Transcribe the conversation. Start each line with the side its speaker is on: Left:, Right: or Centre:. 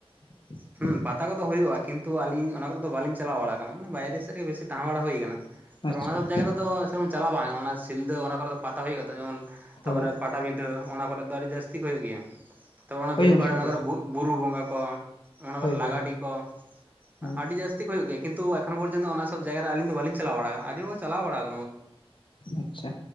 Left: <inaudible>
Right: ᱦᱩᱸ ᱯᱟᱛᱟ ᱠᱚᱫᱚ ᱦᱩᱭᱩᱜ-ᱟ ᱠᱤᱱᱛᱩ ᱟᱹᱞᱤᱧ ᱚᱱᱟ ᱠᱚᱨᱮ ᱫᱚ ᱵᱟᱞᱤᱧ ᱪᱟᱞᱟᱣ ᱵᱟᱲᱟ ᱟᱠᱟᱱᱟ, ᱢᱟᱱᱮ ᱵᱟᱭᱨᱮ ᱥᱮᱫ ᱨᱮᱜᱮ ᱵᱮᱥᱤ ᱛᱟᱦᱮᱸ ᱵᱟᱲᱟ ᱦᱩᱭ ᱠᱟᱱᱟ᱾ ᱛᱟᱞᱦᱮ
Left: ᱟᱪᱪᱷᱟ
Right: ᱚᱱᱟ ᱥᱚᱵ ᱡᱟᱭᱜᱟ ᱨᱮᱫᱚ ᱥᱮᱨᱚᱠᱚᱢ ᱪᱟᱞᱟᱣ ᱵᱟᱝ ᱦᱩᱭ ᱟᱠᱟᱱᱟ ᱾ ᱚᱱᱟ ᱥᱤᱞᱫᱟᱹ ᱚᱱᱟ ᱠᱚᱨᱮ ᱫᱚ ᱯᱟᱛᱟ ᱦᱩᱭᱩᱜ ᱜᱮᱭᱟ ᱛᱚ, ᱡᱮᱢᱚᱱ ᱛᱟᱯᱚᱨᱮ
Left: ᱦᱳᱭ
Right: ᱯᱟᱴ ᱴᱟᱵᱤᱸᱫᱟᱹ ᱚᱱᱟ ᱠᱚᱨᱮᱜ ᱫᱚ ᱟᱹᱰᱤ ᱡᱟᱹᱥᱛᱤ ᱜᱮ ᱦᱩᱭᱩᱜ ᱜᱮᱭᱟ ᱾ ᱛᱟᱯᱚᱨ ᱚᱱᱟ
Left: ᱦᱳᱭ
Right: ᱵᱮᱞᱯᱟᱲᱟ
Left: ᱜᱚᱝᱠᱮ
Right: ᱚᱱᱟ
Left: ᱦᱳᱭ
Right: ᱠᱚᱨᱮ ᱵᱩᱜ ᱵᱩᱨᱩ ᱵᱚᱸᱜᱟ ᱠᱚ ᱾ ᱚᱱᱟ
Left: ᱦᱳᱭ
Right: ᱠᱚᱨᱮ ᱞᱟᱜᱟᱰᱤ
Left: ᱦᱳᱭ
Right: ᱠᱚ <inaudible>
Left: ᱦᱳᱭ
Right: ᱟᱹᱰᱤ ᱡᱟᱹᱥ ᱛᱤ ᱠᱩ ᱦᱩᱭᱩᱜ ᱜᱮᱭᱟ ᱠᱤᱱᱛᱩ ᱮᱠᱷᱚᱱ ᱯᱚᱨᱡᱚᱱᱛᱚ ᱚᱱᱟ ᱥᱚᱵ ᱡᱟᱭᱜᱟ ᱨᱮ ᱟᱹᱞᱤᱧ ᱫᱚ ᱵᱟᱹᱞᱤᱧ ᱪᱟᱞᱟᱣ ᱵᱟᱲᱟ ᱟᱠᱟᱱᱟ ᱾ ᱟᱹᱰᱤ ᱦᱚᱲ ᱪᱟᱞᱟᱣ ᱵᱟᱲᱟᱣ
Left: ᱟᱪᱪᱷᱟ